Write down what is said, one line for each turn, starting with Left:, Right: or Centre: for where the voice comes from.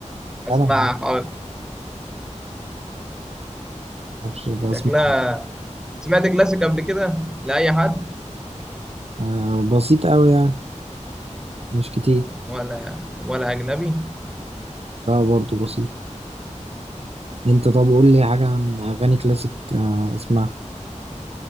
Centre: اسمعها
Right: أنام
Centre: حاضر
Right: معرفش بسمع
Centre: شكلها سمعت كلاسيك قبل كده لأي حد
Right: آه بسيط قوي يعني مش كتير
Centre: ولا ولا أجنبي
Right: لا برضه بسيط انت طب قول لي حاجة عن أغاني كلاسيك آه اسمعها